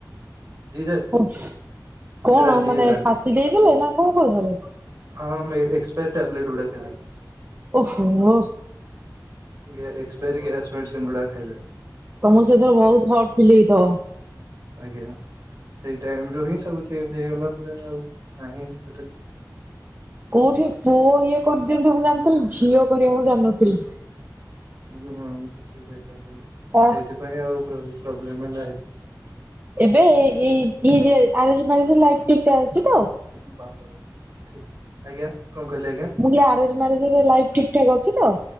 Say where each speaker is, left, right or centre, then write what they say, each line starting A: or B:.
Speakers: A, on the right; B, on the right.
A: ଜି ସାର୍।
B: କନ୍
A: ସେ
B: କଣ
A: ରାଜି
B: ମାନେ
A: ହେଲାନି
B: ଫାଶୀ ଦେଇଦେଲେ ନା କଣ କରିଦେଲେ।
A: ହଁ ମେ ଏକ୍ସପାରି ଟ୍ୟାବଲେଟ୍ ଗୁଡା ଖାଇଦେ
B: ଓହୋ।
A: ଗେ ଏକ୍ସପାରି ଗ୍ୟାସ୍ ମେଡ଼ିସିନ୍ ଗୁଡ଼ା ଖାଇଦେଲେ।
B: ତମୁକୁ ସେଦିନ ବୋହୁତୁ ହଟ୍ ଫିଲ୍ ହେଇଥବା।
A: ଆଜ୍ଞା। ଟାଇମ୍ ରୁ ହିଁ ସବୁ ଚେଞ୍ଜ ହେଇଗଲା ପୁରା ଆଉ ନାହିଁ ଟୋଟାଲୀ।
B: କୋଉଠି ପୁଅ ଇଏ କରିଦିଅନ୍ତି ମୁଁ ଜାଣିଥିଲି ଝିଅ କରିବ ମୁଁ ଜାଣିନଥିଲି।
A: ହୁଁ ମୁଁ କିଛି ଯାଇପାରିଥାନ୍ତି
B: ଆ
A: ଏଇଥି ନାହିଁ ଆଉ ପ୍ରୋବଲେମ୍ ହେଲା।
B: ଏବେ
A: ସେଥିପାଇଁ।
B: ଏଇ ଯେ ଆର ମାରିଜ ଲାଇଫ ଠିକ ଅଛି ତ।
A: ଠିକ୍ ଆଜ୍ଞା କଣ କହିଲି ଆଜ୍ଞା?
B: ମୁ ଆରେଞ୍ ମ୍ୟାରେଜ ରେ ଲାଇପ୍ ଠିକ୍ ଠାକ୍ ଅଛି ତ?